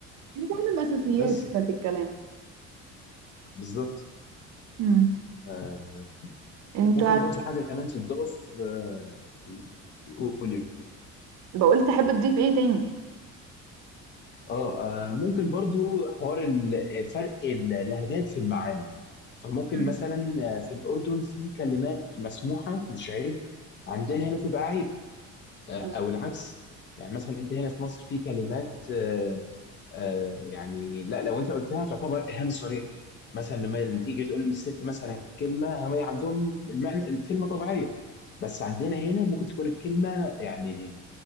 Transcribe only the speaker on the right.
يعني تعلم اساسيات
كده في الكلام
مم.
انت
بقول تحب تضيف ايه تاني
مم.
آه.